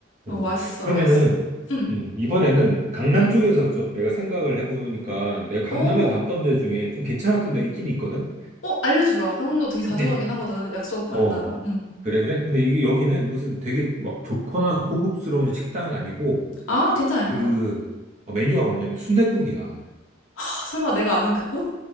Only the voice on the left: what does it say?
어, 맛있어,
맛있어. 응,
응.
오,
어, 알려주라. 강원도 되게 자주
가긴 하거든. 약속 만나러.
응.
아, 괜찮아,
괜찮아.
아 설마 내가 아는 그곳?